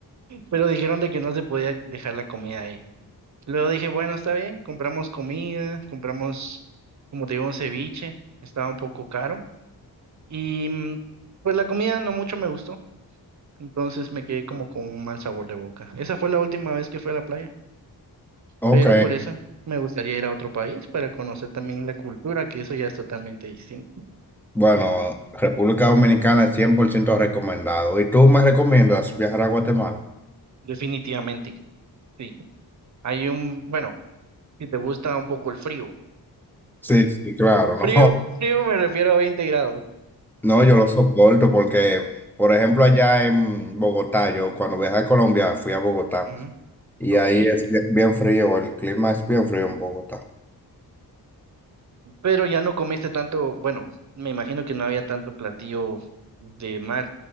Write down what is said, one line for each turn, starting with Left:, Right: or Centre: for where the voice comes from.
Right: Pero dijeron de que no se podía dejar la comida ahí. Luego dije, bueno, está bien, compramos comida, compramos, como te digo, un ceviche, estaba un poco caro. Y mm, pues la comida no mucho me gustó. Entonces me quedé como con un mal sabor de boca. Esa fue la última vez que fui a la playa,
Centre: ok.
Right: pero por eso me gustaría ir a otro país para conocer también la cultura, que eso ya es totalmente distinto.
Centre: Bueno, República Dominicana es 100% recomendado. ¿Y tú me recomiendas viajar a Guatemala?
Right: Definitivamente, sí. Hay un, bueno, si te gusta un poco el frío.
Centre: Sí, sí, claro, <laughs> no,
Right: Frío, frío me refiero a veinte grados.
Centre: no, yo lo soporto porque, por ejemplo, allá en Bogotá, yo cuando viajé a Colombia fui a Bogotá
Right: Ujú,
Centre: y
Right: Ok.
Centre: ahí es bien bien frío, el clima es bien frío en Bogotá.
Right: Pero ya no comiste tanto, bueno, me imagino que no había tanto platillo de mar,